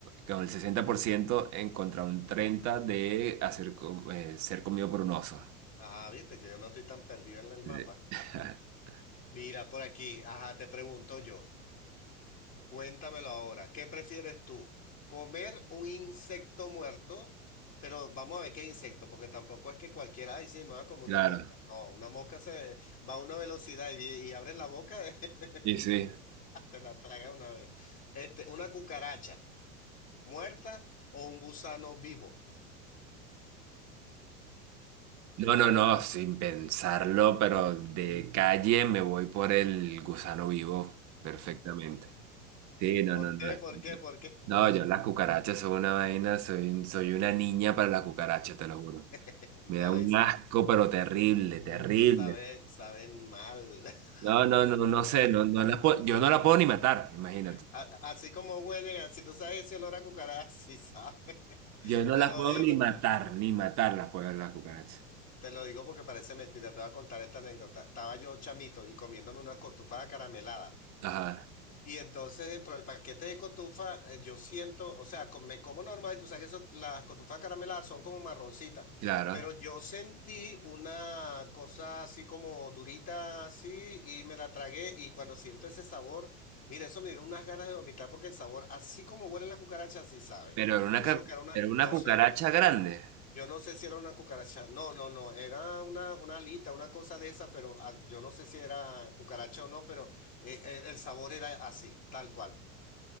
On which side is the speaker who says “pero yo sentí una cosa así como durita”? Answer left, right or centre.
Left